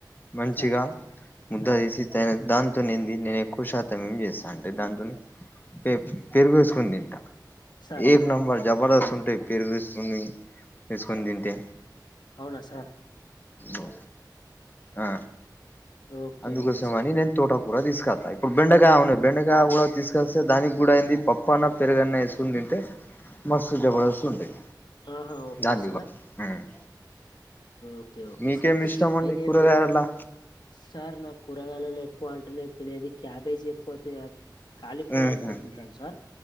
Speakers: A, on the left (about 25°); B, on the left (about 70°).
A: మంచిగా
B: సార్
A: ముద్ద
B: సార్
A: తీేసి తయర్ దాంతోనే ఏంది నేను ఎక్కువ శాతం ఏమి చేస్తాను అంటే దాంతోని పె పెరుగుసుకుని తింటా
B: సార్
A: ఏక్ నంబర్ జబరదస్తు ఉంటయి పరుగేసుకుని తిం ఎసుకొని దింటే
B: అవునా సార్
A: ఉ ఆ
B: ఓకే
A: అందుకోసమానీ
B: ఓకే సార్
A: నేన్ తోటకూర తీసకత్త ఇప్పుడు బెండకాయా ఉన్నాయి బెండకాయా కూడా తీసుకస్త దానికి కూడా ఏంది పప్ పన్న పెరుగన్న వేసుకు తింటే మస్తు జబర్దస్స్తు ఉంటాయి
B: ఆహా ఓకే
A: దాంది
B: సార్
A: కూడా ఉమ్
B: ఓకే ఓకే
A: మీకేమి
B: సార్
A: ఇష్టం
B: థ్యాంక్యూ
A: అండి కూరగాయలా
B: సార్ నా కూరగాయలలో ఎక్కువ అంటే నేను తినేది క్యాబేజీ ఎక్కువ తిన్నాన్ కాలీఫ్లవర్
A: ఉహు
B: ఎక్కువ తింటాను సార్